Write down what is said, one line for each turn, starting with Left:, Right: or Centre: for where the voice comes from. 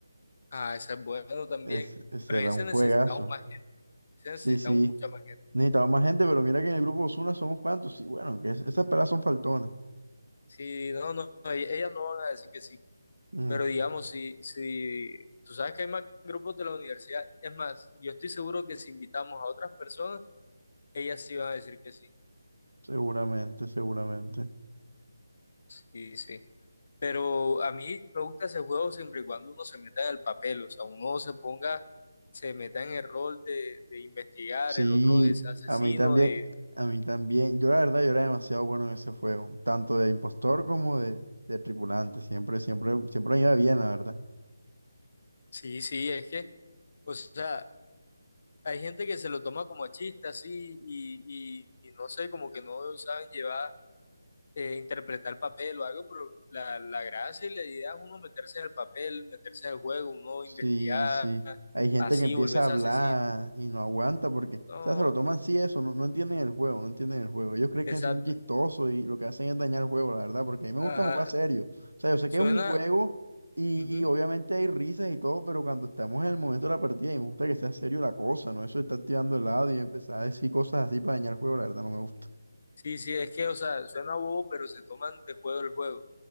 Left: Ah, ese es bueno también.
Right: es- ese
Left: Pero
Right: era
Left: ese
Right: un
Left: necesitamos
Right: juegazo.
Left: más, ese necesitamos
Right: Sí, sí,
Left: mucha más gente.
Right: necesitaba más gente, pero mira que en el grupo Osuna somos cuantos. Sí, bueno, que es- esas pelas son faltonas.
Left: Sí, no, no, no, e- ellas no van a decir que sí.
Right: Mm,
Left: Pero digamos, si, si tú sabes que hay más grupos de la universidad, es más, yo estoy seguro que si invitamos a otras personas, ellas sí van a decir que sí.
Right: seguramente, seguramente.
Left: Sí, sí. Pero a mí me gusta ese juego siempre y cuando uno se meta en el papel, o sea, uno se ponga, se meta en el rol de, de investigar,
Right: Sí,
Left: el otro de ese asesino,
Right: a mí también,
Left: de...
Right: a mí también. Yo la verdad, yo era demasiado bueno en ese juego, tanto de impostor como de, de tripulante. Siempre, siempre, siempre me iba bien, la verdad.
Left: Sí, sí, es que, o sea, hay gente que se lo toma como a chiste así y, y- y no sé, como que no saben llevar, eh, interpretar el papel o algo, pero la, la gracia y la idea es uno meterse en el papel, meterse en el juego, uno
Right: Sí,
Left: investigar,
Right: sí. Hay gente
Left: así,
Right: que empieza
Left: volverse
Right: a hablar
Left: asesino.
Right: y no aguanta porque, o
Left: No,
Right: sea, se lo toman así eso, no, no entienden el juego, no entienden el juego. Ellos creen
Left: exacto.
Right: que son chistosos y lo que hacen es dañar el juego, la verdad, porque a mí me
Left: Ajá.
Right: gusta jugar serio. O sea, yo sé
Left: Suena,
Right: que es un juego y,
Left: Ujú.
Right: y obviamente hay risas y todo, pero cuando estamos en el momento de la partida y me gusta que sea serio la cosa, ¿no? Eso de estar tirando el lado y empezar a decir cosas así para dañar el juego, la verdad, no me gusta.
Left: Sí, sí, es que, o sea, suena bobo, pero se toman de juego el juego